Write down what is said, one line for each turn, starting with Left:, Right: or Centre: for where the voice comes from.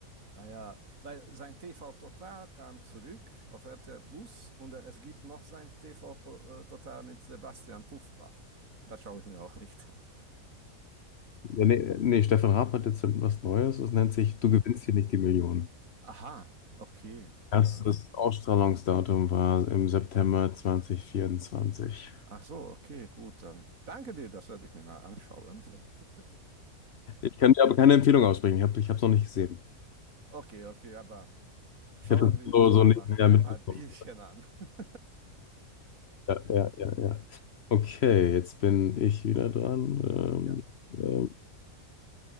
Right: Ah ja, weil sein TV Total kam zurück auf RTL Plus und äh, es gibt noch sein TV po- äh, Total mit Sebastian Puffpaff. Das schaue ich mir auch nicht an.
Left: Ja, nee, nee, Stefan Raab hat jetzt was Neues, das nennt sich, du
Right: <laughs>
Left: gewinnst hier nicht die Millionen.
Right: Aha, okay,
Left: Erstes
Right: dann.
Left: Ausstrahlungsdatum war im September 2024.
Right: Ach so, okay, gut, dann. Danke dir, das werde ich mir mal anschauen. <laughs>
Left: Ich kann dir aber keine Empfehlung aussprechen. Ich habe, ich habe es noch nicht gesehen.
Right: Okay, okay, aber schauen
Left: Ich habe das
Right: wir
Left: so,
Right: uns
Left: so
Right: mal
Left: nicht
Right: nach
Left: mehr
Right: ein
Left: mitbekommen.
Right: paar Bierchen an. <laughs>
Left: Ja, ja, ja, ja. Okay, jetzt bin ich wieder dran. Ähm,
Right: Ja.
Left: ähm,